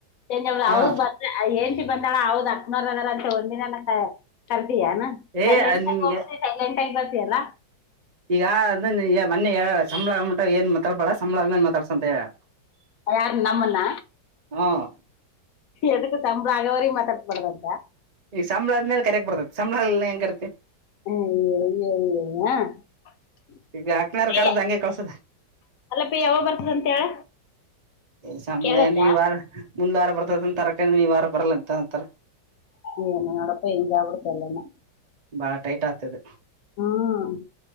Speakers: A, on the left (about 70°); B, on the right (about 35°).
A: ಚೇಂಜ್. <unintelligible>
B: ಹಾ
A: ಹೆಂಡತಿ ಬಂದಾಳ ಹೌದ್ ಅಕ್ಕನವರ ಅದಾರ ಅಂತೆ ಒಂದಿನನ ಕರ್ದಿಯಾ ಏನು.
B: ಏ
A: ಸೈಲೆಂಟಾಗ್
B: ಅದ್ ನಿಮ್ಗೆ
A: ಹೋಗ್ತಿಯ ಸೈಲೆಂಟಾಗ್ ಬರ್ತೀಯಲ್ಲ.
B: ಈಗ ಅ ಈ ಮೊನ್ನೆ ಹೇಳ್ಯಾಳ ಸಂಬಳಗ ಮಟ ಏನ್ ಮಾತಾಡ್ಬಡಲ್ಲ ಸಂಬಳ ಆದ್ ಮೇಲೆ ಮಾತಾಡ್ಸಂತ ಹೇಳ್ಯಾಳ.
A: ಯಾರ್ನ್ ನಮ್ನನ್ನ
B: ಹ್ಮ್
A: ಎದುಕ್ಕ ಸಂಬಳ ಆಗೋವರೆಗೂ ಮಾತಾಡಬಾರದು ಅಂತ.
B: ಈ ಸಂಬಳ ಆದ ಮೇಲೆ ಕರಿಯೋಕೆ ಬರ್ತತಿ ಸಂಬಳಗಿಲ್ಲ ಹೆಂಗ ಕರೀತಿ.
A: ಅಯ್ಯೋಯ್ಯೋ ಯಾ. <inaudible>
B: ಈಗ ಅಕ್ನಾರ್ ಕರ್ದ್ ಹಂಗೆ ಕಳ್ಸದ
A: ಅಲ್ಲಪಿ ಯಾವಾಗ ಬರ್ತದಂತ ಹೇಳ.
B: ಸಂಬಳ
A: ಕೇಳಕ್ಕ
B: ಈ ವಾರ ಮುಂದ್ಲ ವಾರ ಬರ್ತದಂತ ತರಕ ಈ ವಾರ ಬರಲ್ಲಂತ ಅಂತಾರ.
A: ಏನು ನೋಡಪ್ಪ ಹಿಂಗಾಗ್ಬಿಡ್ತು ಎಲ್ಲನು.
B: ಬಾಳ ಟೈಟ್ ಆಯಿತು ಇದು.
A: ಹ್ಮ್